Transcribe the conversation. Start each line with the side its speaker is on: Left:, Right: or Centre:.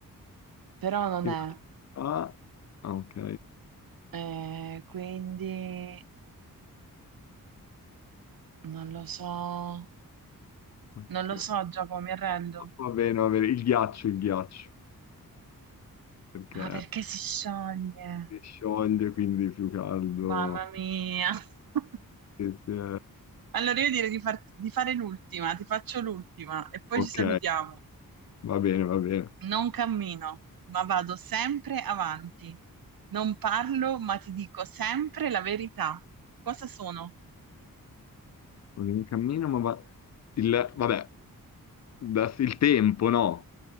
Right: però non
Left: In
Right: è,
Left: realtà... Ah, ok.
Right: Eh, quindi non lo so,
Left: Ok.
Right: non lo so Giacomo, mi arrendo.
Left: Va bene, va bene. Il ghiaccio, il ghiaccio, perché
Right: Ah, perché si scioglie?
Left: si scioglie, quindi più caldo.
Right: Mamma mia. <laughs>
Left: E se-
Right: Allora io direi di, farti- di fare l'ultima, ti faccio l'ultima e poi
Left: Ok,
Right: ci salutiamo.
Left: va bene, va bene.
Right: Non cammino, ma vado sempre avanti. Non parlo, ma ti dico sempre la verità. Cosa sono?
Left: Un cammino, ma va... Il... Vabbè, da- il tempo, no?